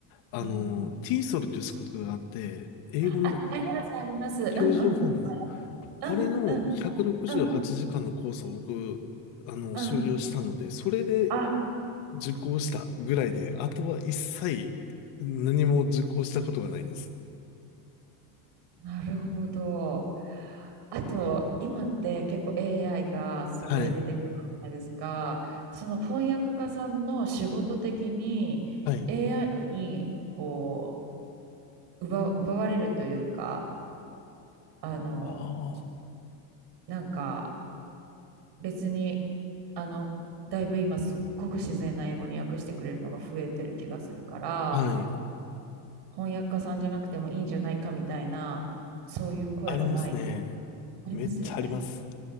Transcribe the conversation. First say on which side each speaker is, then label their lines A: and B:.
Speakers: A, on the left; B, on the right.
A: あの、
B: うん、
A: t ソルという資格があって、英語の
B: あります、あります。
A: 教授情報の、
B: うんうん、うん、
A: あれの168時間のコースを僕、
B: うん、うん、
A: あの、
B: うん。
A: 修了したので、それで
B: あ、
A: 受講したぐらいで、あとは一切何も受講したことがないです。
B: なるほど。あと、今って結構 AI がすごい出てくるじゃないですか。
A: はい。
B: その翻訳家さんの仕事的に
A: はい。
B: AI にこう奪う、奪われるというか、あの、
A: あ
B: なんか別に、あの、だいぶ今すっごく自然な英語に訳してくれるのが増えてる気がするから、
A: あ。はい。
B: 翻訳家さんじゃなくてもいいんじゃないかみたいな、そういう声はないです。
A: ありますね。
B: ありますよね。
A: めっちゃあります。